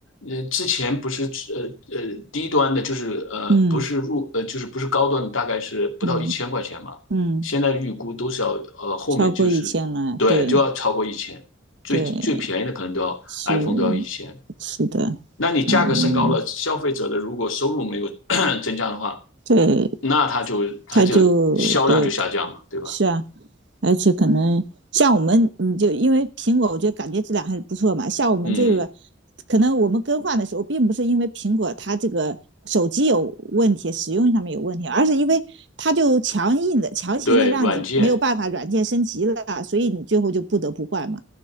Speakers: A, on the left; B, on the right.
A: 呃，之前不是呃呃低端的，就是呃不是入呃就是不是高端的，
B: 嗯
A: 大概是不到一千块钱嘛，
B: 嗯嗯，
A: 现在预估都是要呃后面就是对就要超过一千，
B: 超过一千了，对
A: 最最便宜的可能都要
B: 对，是
A: iPhone 都要一千，
B: 是的，
A: 那你价格升高了，
B: 嗯，
A: 消费者的如果收入没有 <coughs> 增加的话，
B: 对，
A: 那它就它就销量就下降嘛，
B: 他就对，
A: 对吧？
B: 是啊，而且可能像我们，你就因为苹果，我觉得感觉质量还是不错嘛。像我们这个，
A: 嗯，
B: 可能我们更换的时候，并不是因为苹果它这个手机有问题，使用上面有问题，而是因为它就强硬的、强行的让你没有办法软件升级了，
A: 对，软件，
B: 所以你最后就不得不换嘛。